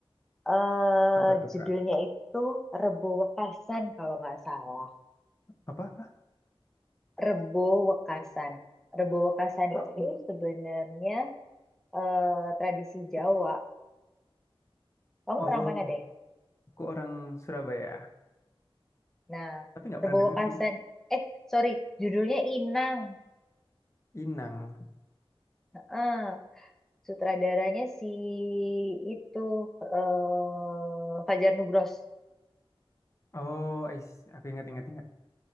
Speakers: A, in the centre; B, on the left.
A: eh
B: Apa tuh,
A: judulnya
B: Kak?
A: itu Rebo Wekasan kalau nggak salah.
B: Apa-apa?
A: Rebo Wekasan. Rebo Wekasan itu sebenarnya eh, tradisi Jawa. Kamu
B: Oh,
A: orang mana deh?
B: aku orang Surabaya,
A: Nah,
B: tapi nggak
A: Rebo
B: pernah denger
A: Kasan.
B: sih.
A: Eh, sorry, judulnya Inang.
B: Inang.
A: Eh, sutradaranya si itu eh, Fajar Nugros.
B: Oh, I see. aku ingat ingat ingat.